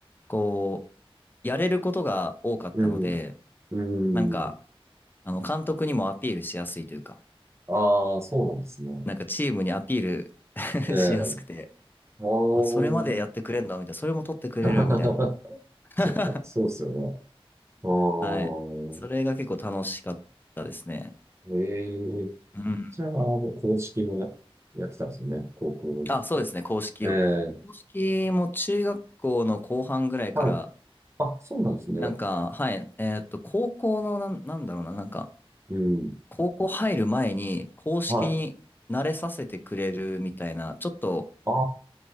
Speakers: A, on the left; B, on the right.
A: こう、やれることが多かったので、
B: うん。う
A: なんか、
B: ん。
A: あの、監督にもアピールしやすいというか、
B: ああ、そうなんですね。
A: なんかチームにアピール
B: ええ。
A: <laughs> しやすくて、
B: おー。
A: あ、それまでやってくれんだ、みたいな、それも取ってくれる、
B: <laughs>
A: みたいな。<laughs>
B: そっか、そうですよね。う
A: はい。
B: ん。
A: それが結構楽しかったですね。
B: へえ。
A: うん。
B: じゃあ、もう公式もやってたんですよね。高校行って。
A: あ、そうですね、公式を。
B: ええ。
A: 公式も中学校の後半ぐらいから、
B: はい。あ、そうなんですね。
A: なんか、はい、えーっと、高校のなん、なんだろうな、なんか、
B: うん。
A: 高校入る前に公式に慣れさせてくれるみたいな、
B: はい。
A: ちょっと、
B: ああ、